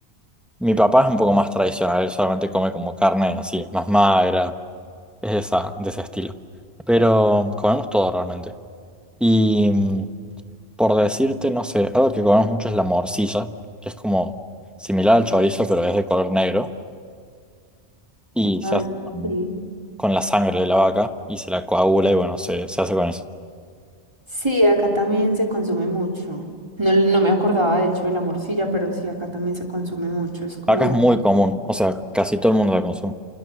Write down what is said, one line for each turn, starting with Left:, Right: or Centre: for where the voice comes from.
Centre: mi papá es un poco más tradicional, él solamente come como carne así, más magra. Es de, esa, de ese estilo. Pero comemos todo realmente. Y mm, por decirte, no sé, algo que comemos mucho es la morcilla, que es como similar al chorizo, pero es de color negro. Y
Right: Ah,
Centre: se hace con,
Right: sí.
Centre: con la sangre de la vaca y se la coagula y bueno, se, se hace con eso.
Right: Sí, acá también se consume mucho. No, no me acordaba de hecho de la morcilla, pero sí, acá también se consume mucho. Es como,
Centre: Acá es muy común, o sea, casi todo el mundo la consume.